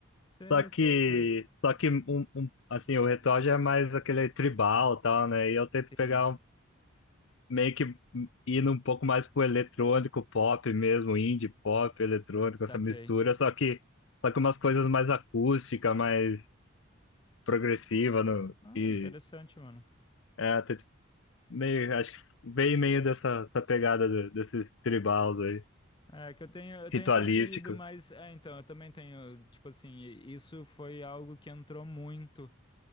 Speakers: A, on the left; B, on the left.
A: sei,
B: Só que.
A: sei, sei.
B: Só que, um, um- assim, o ritual já é mais aquele tribal e tal, né? E eu tento
A: Sim,
B: pegar um, meio que indo um pouco mais pro eletrônico pop mesmo, indie pop, eletrônico,
A: saquei.
B: essa mistura. Só que. Só que umas coisas mais acústica, mais progressiva no,
A: Ah,
B: e.
A: interessante, mano.
B: É, meio, acho que bem meio dessa, dessa pegada do, desses tribals aí,
A: É que eu tenho, eu tenho
B: ritualístico.
A: preferido, mas é, então, eu também tenho, tipo assim, isso foi algo que entrou muito.